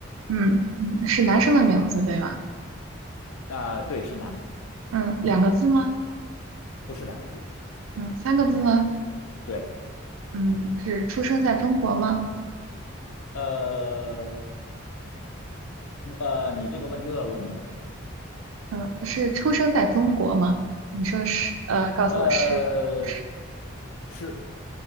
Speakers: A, on the right (about 80°); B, on the left (about 90°).
A: 嗯嗯，是男生的名字对吗？
B: 啊、对，是男的，
A: 嗯，两个字吗？
B: 不是两个字。
A: 嗯，三个字吗？
B: 对。
A: 嗯，是出生在中国吗？
B: 呃，不，呃，你这个问题有点笼统。
A: 嗯，是出生在中国吗？你说是，呃，告诉我是而不是？
B: 呃，是，